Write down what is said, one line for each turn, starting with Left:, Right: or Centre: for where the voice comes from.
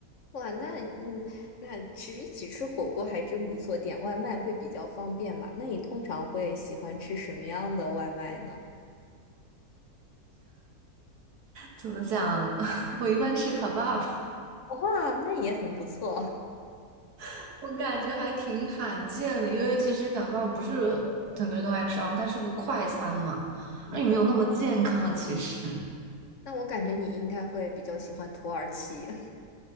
Left: 哇，那嗯，那其实一起吃火锅还真不错，点外卖会比较方便嘛。那你通常会喜欢吃什么样的外卖呢？
Right: 怎么讲？<laughs> 我一般吃卡巴，
Left: 哇，那也很不错。
Right: <laughs> 我感觉还挺罕见的，因为其实卡巴不是很多人都爱吃，然后它是个快餐嘛，
Left: 嗯，
Right: 那也没有那么健康。其实，
Left: 那我感觉你应该会比较喜欢土耳其。<laughs>